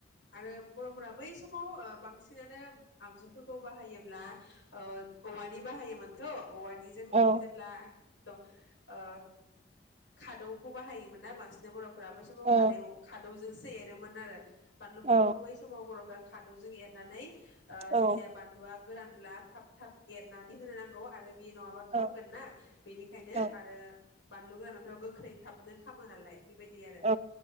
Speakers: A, on the left; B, on the right.
A: आरो बर'फोरा बै समाव ओ बांस सिनानो आगजुफोरखौ बाहायोब्ला ओ औवानि बाहायोमोनथ'। औवानिजों
B: औ
A: जेब्ला त' ओ खादौखौ बाहायोमोन ना बांसिना बर' फोरा बै समाव
B: औ
A: खादेव-खादौजोंस सो एरोमोन आरो बानलुफोरखौ
B: औ
A: बै समाव बर'फ्रा खादौजों एर नानै ओ
B: औ
A: जेथिया बानलुआ गोरानब्ला थाब थाब एरनानै होनो नांगौ आरो बे नङाबा खामगोन
B: औ
A: ना बेनिखायनो
B: औ
A: आरो बानलु गोरानाथ' गोख्रै थाबनो खामो नालाय। बेबायदि आरो
B: औ